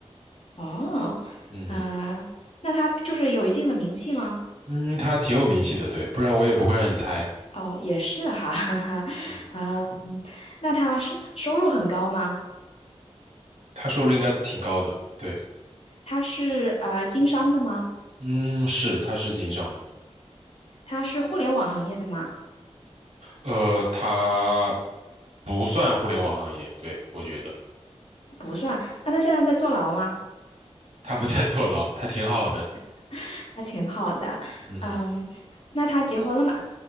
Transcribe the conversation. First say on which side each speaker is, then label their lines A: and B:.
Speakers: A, on the left; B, on the right.
A: 哦，
B: 嗯哼，
A: 啊、那他就是有一定的名气吗？
B: 嗯，他挺有名气的，对，不然我也不会让你猜，
A: 哦，也是哈，<laughs> 哈哈，
B: 嗯，
A: 嗯，那他是收入很高吗？
B: 他收入应该挺高的，对，
A: 他是呃经商的吗？
B: 嗯，是，他是经商的，
A: 他是互联网行业的吗？
B: 呃，他不算互联网行业，对，我觉得
A: 他不算，那他现在在坐牢吗？
B: 他不在 <laughs> 坐牢，他挺好的，
A: <laughs> 还挺好的，
B: 嗯哼，
A: 嗯，那他结婚了吗？